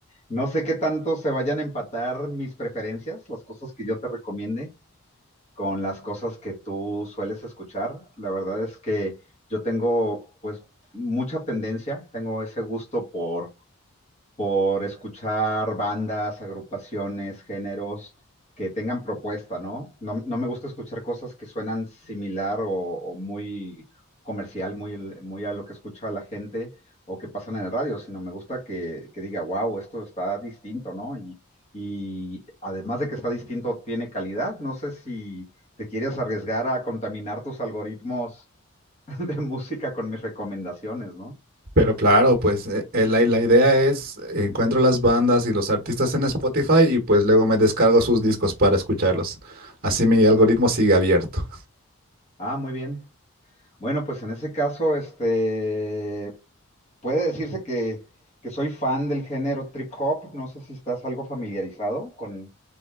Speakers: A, on the left; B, on the right.
A: no sé qué tanto se vayan a empatar mis preferencias, las cosas que yo te recomiende, con las cosas que tú sueles escuchar. La verdad es que yo tengo, pues, mucha tendencia, tengo ese gusto por. por escuchar bandas, agrupaciones, géneros que tengan propuesta, ¿no? No, no me gusta escuchar cosas que suenan similar o, o muy comercial, muy, el- muy a lo que escucha la gente o que pasan en el radio, sino me gusta que, que diga, wow, esto está distinto, ¿no? Y, y además de que está distinto, tiene calidad. No sé si te quieres arriesgar a contaminar tus algoritmos <laughs> de música con mis recomendaciones, ¿no?
B: Pero claro, pues eh, eh, la, la idea es encuentro las bandas y los artistas en Spotify y pues luego me descargo sus discos para escucharlos. Así mi algoritmo sigue abierto.
A: Ah, muy bien. Bueno, pues en ese caso, este, puede decirse que, que soy fan del género trip hop. No sé si estás algo familiarizado con,